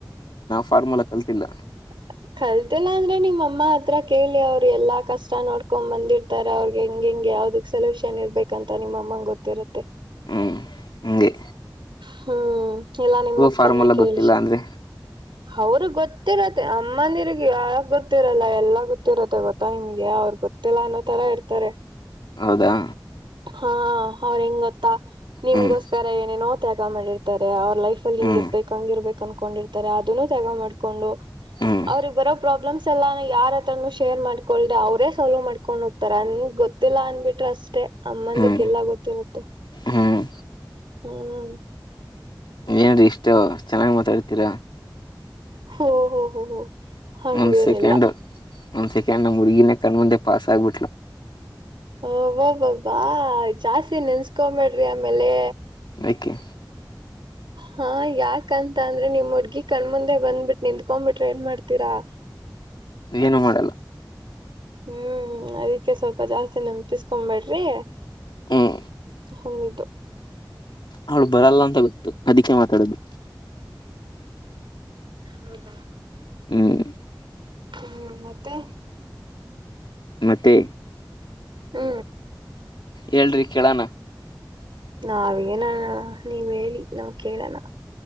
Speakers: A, on the left; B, on the right.
A: ಫಾರ್ಮಲ ಕಲ್ತಿಲ್ಲ
B: <inaudible> ಕಲ್ತಿಲ್ಲಾ ಅಂದ್ರೆ ನಿಮ್ ಅಮ್ಮ ಹತ್ರ ಕೇಳಿ ಅವ್ರು ಎಲ್ಲಾ ಕಷ್ಟ ನೋಡ್ಕೊಂಡ್ ಬಂದಿರ್ತಾರ ಅವ್ರಗೆ ಹೆಂಗ ಹೆಂಗ ಯಾವ್ದ ಸಲ್ಯೂಷನ್ ಇರ್ಬೇಕ ಅಂತ ನಿಮ್ಮ ಅಮ್ಮನ್ ಗೊತ್ತಿರುತ್ತೆ
A: ಹ್ಮ್ ಹಗೆ
B: ಹ್ಮ್ ಎಲ್ಲಾ ನಿಮ್ಮಪ್ಪನ
A: ಫಾರ್ಮುಲಾ
B: ಕೇಳಿ
A: ಗೊತ್ತಿಲ್ಲ ಅಂದ್ರೆ
B: ಅವ್ರ ಗೊತ್ತಿರತ್ತೆ ಅಮ್ಮಂದಿರ್ಗ ಯಾವಾಗ ಗೊತ್ತಿರಲ್ಲ ಎಲ್ಲ ಗೊತ್ತಿರತ್ತೆ ಗೊತ್ತಾ ನಿಮ್ಗೆ ಅವ್ರಗ್ ಗೊತ್ತಿಲ್ಲ ಅನ್ನೋ ತರ ಇರ್ತಾರೆ
A: ಹೌದಾ
B: ಹಾ ಅವ್ರ ಹೆಂಗತ್ತಾ ನಿಮ್ಗೋಸ್ಕರ
A: ಹ್ಮ್
B: ಏನೇನೋ ತ್ಯಾಗ ಮಾಡಿರ್ತಾರೆ ಅವ ಲೈಫ್ ಅಲ್ಲಿ ಹಿಂಗಿರ್ಬೇಕ
A: ಹ್ಮ್
B: ಹಂಗಿರ್ಬೇಕ ಅನ್ಕೊಂಡಿರ್ತಾರೆ ಅದನ್ನೂ ತ್ಯಾಗ ಮಾಡ್ಕೊಂಡು
A: ಹ್ಮ್
B: ಅವ್ರಿಗೆಗ್ ಬರೋ ಪ್ರಾಬ್ಲಮ್ಸ್ ಎಲ್ಲಾನ ಯಾರತ್ರನು ಶೇರ್ ಮಾಡ್ಕೊಂಡ್ದೆ ಅವ್ರೇ ಸಾಲ್ವ್ ಮಾಡ್ಕೊಂಡು ಹೋಗ್ತಾರ ನನ್ಗೆ ಗೊತ್ತಿಲ್ಲ ಅಂದ್ಬಿಟ್ಟು ಅಷ್ಟೇ ಅಮ್ಮಂದಿರ್ಗೆಲ್ಲ
A: ಹ್ಮ್
B: ಗೊತ್ತಿರುತ್ತೆ
A: ಹ್ಮ್
B: ಹ್ಮ್
A: ಏನಾದ್ರ ಇಷ್ಟ ಚೆನ್ನಾಗ್ ಮಾತಾಡ್ತೀರಾ
B: ಓ ಹೋ ಹೋ ಹೋ ಹಂಗೇನಿಲ್ಲ
A: ಒಂದ್ ಸೆಕೆಂಡ್ ಒಂದ್ ಸೆಕಂಡ್ಣ ಮುರ್ಗಿನ ಕಣ ಮುಂದೆ ಪಾಸ್ ಆಗ್ಬಿಟ್ಲು
B: ಹಓಬಬಬ್ಬಾ ಜಾಸ್ತಿ ನೆನ್ಸ್ಕೊಬೇಡ್ರಿ ಆಮೇಲೆ
A: ನಕ್ಕೆೆ
B: ಹಾ ಯಾಕಂತ ಅಂದ್ರೆ ನಿಮ್ ಹುಡ್ಗಿ ಕಣ್ಮುಂದೆ ಬಂದ್ಬಿಟ್ಟ ನಿಂಕೊಬಿಟ್ರೆ ಏನ್ ಮಾಡ್ತೀರಾ <inaudible>
A: ಏನು ಮಾಡಲ್ಲ
B: ಹ್ಮ್ ಅದಕ್ಕೆ ಸ್ವಲ್ಪ ಜಾಸ್ತಿ ನೆನ್ಪಿಸಕೊಬೇಡ್ರಿ
A: ಹ್ಮ್
B: ಹನ್ನದುು
A: ಅವ್ಳು ಬರಲ್ಲ ಅಂತ ಗೊತ್ತು ಅದಕ್ಕೆ ಮಾತಾಡೋದು
B: ಹೌದ
A: ಹ್ಮ್
B: ಹ್ಮ್ ಮತ್ತೆ
A: ಮತ್ತೆ
B: ಹ್ಮ
A: ಹೇಳ್ರಿ ಕೇಳೋಣ
B: ನಾವೇನಣಣ ನೀವ್ ಹೇಳಿ ನಾವ್ ಕೇಳಣ